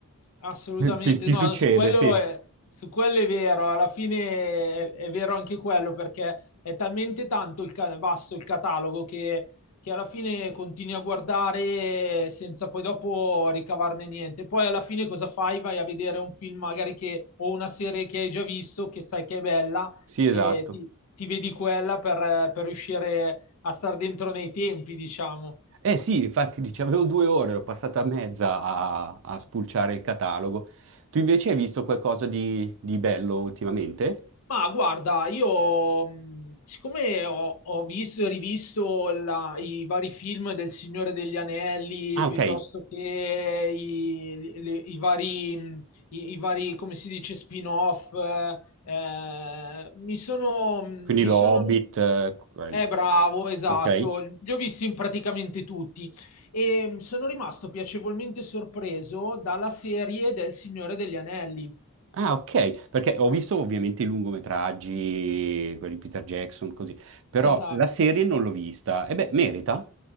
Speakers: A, on the left; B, on the right.
A: Assolutamente,
B: <laughs> Ti, ti
A: no,
B: succede,
A: no, su quello
B: sì.
A: è, su quello è vero, alla fine è, è vero anche quello perché è talmente tanto il ca- vasto il catalogo che, che alla fine continui a guardare senza poi dopo ricavarne niente. Poi alla fine cosa fai? Vai a vedere un film magari che, o una serie che hai già visto, che sai che è bella
B: Sì, esatto.
A: e ti, ti vedi quella per, per riuscire a star dentro nei tempi, diciamo.
B: Eh sì, infatti dici, avevo due ore, l'ho passata mezza a, a spulciare il catalogo. Tu invece hai visto qualcosa di, di bello ultimamente?
A: Ma guarda, io mh, siccome ho, ho visto e rivisto la- i vari film del Signore degli Anelli,
B: Ah,
A: piuttosto
B: ok,
A: che i, le- i vari, mh, i- i vari, come si dice, spin-off, eh, eh, mi sono, mhmm,
B: quindi
A: mi
B: lo
A: sono...
B: Hobbit, eh, quelli.
A: Eh, bravo, esatto,
B: Ok.
A: li ho visti in praticamente tutti e mh, sono rimasto piacevolmente sorpreso dalla serie del Signore degli Anelli.
B: Ah, ok, perché ho visto ovviamente i lungometraggi, quelli di Peter Jackson, così, però
A: Esatto.
B: la serie non l'ho vista. E beh, merita.